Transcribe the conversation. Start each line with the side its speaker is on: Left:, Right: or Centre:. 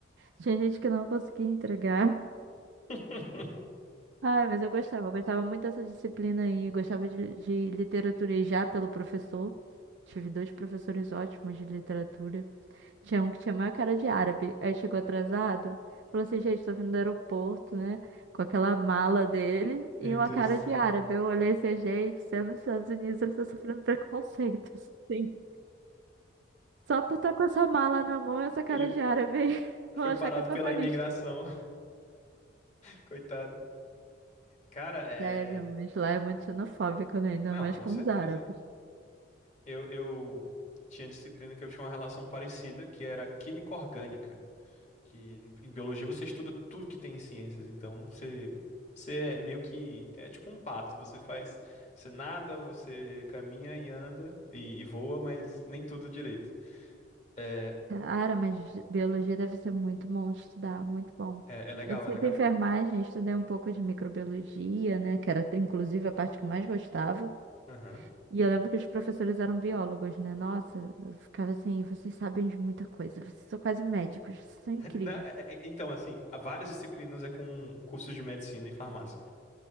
Right: Tinha gente que não conseguia entregar.
Left: <laughs>
Right: Ai, mas eu gostava, eu gostava muito dessa disciplina aí. Eu gostava de, de literatura e já pelo professor. Tive dois professores ótimos de literatura. Tinha um que tinha a maior cara de árabe. Aí chegou atrasado, falou assim: gente, tô vindo do aeroporto, né? Com aquela mala dele
Left: Meu
Right: e uma
Left: Deus
Right: cara
Left: do céu.
Right: de árabe. Eu olhei assim: "Ah, gente, sendo nos Estados Unidos, ele tá sofrendo preconceitos. <laughs> Sim. Só por estar com essa mala na mão e essa cara
Left: Ele
Right: de árabe aí, <laughs> vão
Left: foi
Right: achar
Left: parado
Right: que é terrorista.
Left: pela imigração. <laughs> Coitado. Cara, é.
Right: Sério, mas lá é muito xenofóbico, né? Ainda
Left: Não,
Right: mais
Left: com
Right: com
Left: certeza.
Right: os árabes.
Left: Eu, eu tinha disciplina que eu tinha uma relação parecida, que era química orgânica. Que em biologia você estuda tudo que tem em ciências. Então você. Você é meio que. É tipo um pato. Você faz. Você nada, você caminha e anda e, e voa, mas nem tudo direito. É,
Right: Cara, mas biologia deve ser muito bom de estudar, muito bom.
Left: É, é legal,
Right: Eu fiz
Left: é legal.
Right: enfermagem, estudei um pouco de microbiologia, né? Que era inclusive a parte que eu mais gostava.
Left: Aham. <laughs>
Right: E eu lembro que os professores eram biólogos, né? Nossa, eu ficava assim, vocês sabem de muita coisa, vocês são quase médicos, vocês são incríveis.
Left: Né, é- é- é, então, assim, há várias disciplinas é com cursos de medicina e farmácia.